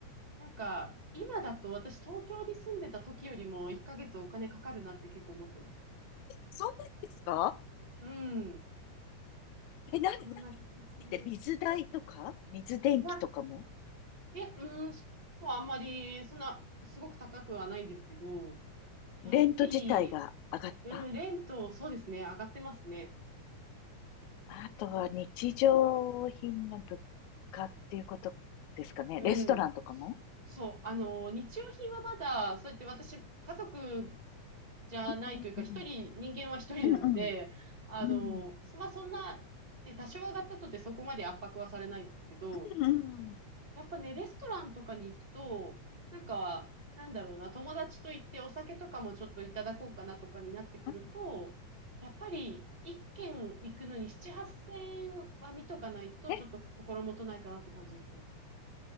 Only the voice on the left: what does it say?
そんなにですか
え、な、
何についてる水代とか水電気とかも
レント自体が上がった
あとは日常品の物価っていうことですかね。
レストランとかも
うんうん。
うんうん。
うん。
うん。
うん。
え、